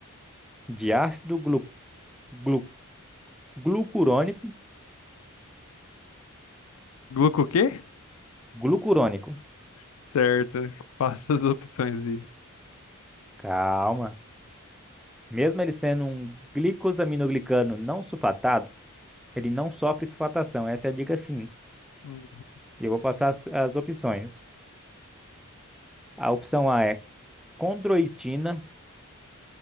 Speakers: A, in the centre; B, on the left.
A: de ácido glu, glu- glucurônico,
B: Gluco o quê?
A: glucurônico.
B: Certo, passa as opções aí.
A: Calma. Mesmo ele sendo um glicosaminoglicano não sulfatado, ele não sofre sulfatação. Essa é a dica sim.
B: Hum.
A: Eu vou passar as, as opções. A opção A é condroitina,